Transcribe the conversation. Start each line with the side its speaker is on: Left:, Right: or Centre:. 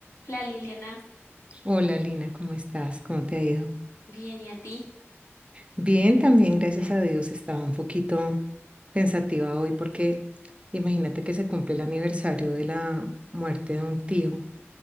Left: Hola Liliana,
Right: Hola Lina, ¿cómo estás? ¿Cómo te ha ido?
Left: bien y a ti.
Right: Bien, también gracias a Dios estaba un poquito pensativa hoy porque imagínate que se cumple el aniversario de la muerte de un tío